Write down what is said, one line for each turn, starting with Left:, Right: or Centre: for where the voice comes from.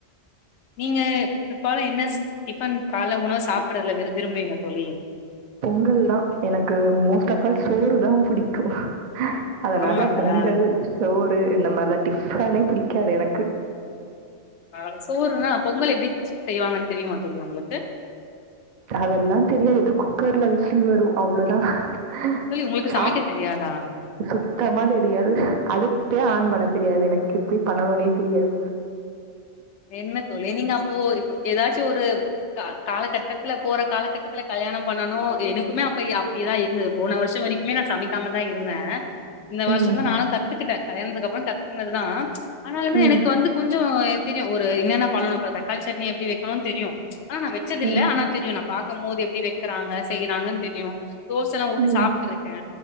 Left: நீங்க பிற்பகல என்ன டிஃபன் கால உணவு சாப்படுறதுல விரும்புவீங்க தோழி
Right: பொங்கல்தா எனக்கு மோஸ்ட் ஆஃப் ஆல் சோறுதா புடிக்கும் அதனால
Left: ஆமாங்களா
Right: பொங்கல் சோறு இந்த மாரிலா டிஃபனே பிடிக்காது எனக்கு
Left: ஆ சோறுன்னா பொங்கல் எப்படி செய்வாங்கன்னு தெரியுமா தோழி நம்மளுக்கு
Right: அதெல்லா தெரிய எதுக்கு குக்கர்ல விசில் வரு அவ்ளோதா ஹ
Left: தோழி உங்களுக்கு
Right: சா
Left: சமைக்க தெரியாதா
Right: சுத்தமா தெரியாது அடுப்பே ஆன் பண்ண தெரியாது எனக்கு எப்டி பண்ணணுனே தெரியாது
Left: என்ன தோழி நீங்க அப்போ இப்ப ஏதாச்சு ஒரு கா காலகட்டத்துல போற காலகட்டத்துல கல்யாணம் பண்ணனு எனக்குமே அப்ப அப்டிதா இருந்தது போன வருஷோ வரைக்குமே நா சமைக்காம தான் இருந்தே இந்த வருஷோ
Right: ம்.
Left: தா நானு கத்துக்கிட்டே கல்யாண்துக்கு அப்றோ க சிக்னல்தா ஆனாலுமே
Right: ம்.
Left: எனக்கு வந்து கொஞ்சோ தெரியு ஒரு என்னன்ன பண்ணணோ <unintelligible> தக்காளி சட்னி எப்டி வக்குணுனு தெரியு ச் ஆனா நா வச்சதில்ல
Right: ம்.
Left: ஆனா தெரியு நா பா க்குமோது எப்டி வெக் வெக்கறாங்க செய்யறாங்கனு தெரியு தோசலா ஊத்தி
Right: ம்.
Left: சாப்ட்ருக்கே